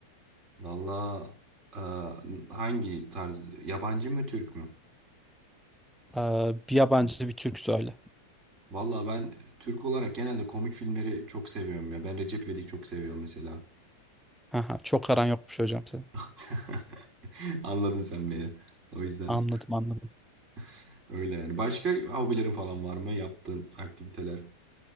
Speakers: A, on the right (about 30°); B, in the centre.
A: Valla hangi tarz? Yabancı mı Türk mü?
B: Ee, bir yabancı bir Türk söyle.
A: Valla ben Türk olarak genelde komik filmleri çok seviyorum ya. Ben Recep İvedik'i çok seviyorum mesela.
B: Aha, çok aran yokmuş hocam senin.
A: <laughs> Anladın sen beni. O yüzden
B: Anladım anladım.
A: <laughs> öyle yani. Başka hobilerin falan var mı? Yaptığın aktiviteler.